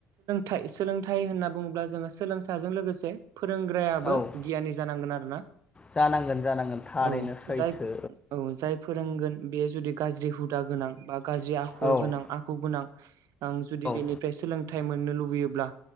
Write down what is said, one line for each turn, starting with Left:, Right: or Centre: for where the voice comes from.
Right: थाइ सोलोंथाइ होनना बुङोब्ला जोङो सोलोंसाजों लोगोसे फोरोंग्रायाबो
Left: औ
Right: गियानि जानांगोन आरो।
Left: जानांगोन जानांगोन। थारैनो
Right: औ
Left: सैथो
Right: जाय औ जाय फोरोंगोन बेयो जुदि गाज्रि हुदा गोनां बा गाज्रि आखल
Left: औ
Right: गोनां आखु गोनां आं जुदि
Left: औ
Right: बेनिफ्राय सोलोंथाइ मोननो लुबैयोब्ला